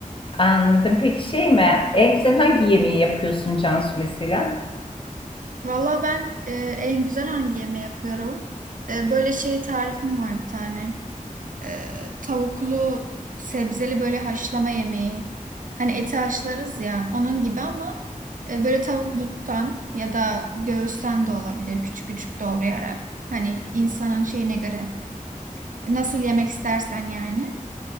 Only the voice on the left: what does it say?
Anladım. Peki şey mi? En güzel hangi yemeği yapıyorsun Cansu mesela?